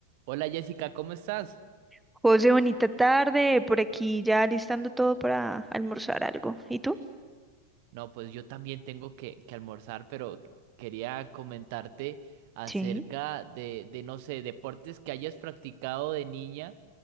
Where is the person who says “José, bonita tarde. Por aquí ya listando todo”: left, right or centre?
Centre